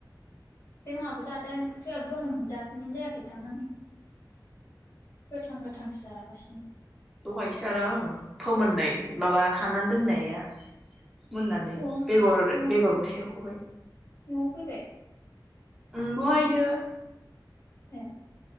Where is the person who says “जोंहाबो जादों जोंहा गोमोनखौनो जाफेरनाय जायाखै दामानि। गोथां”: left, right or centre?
Left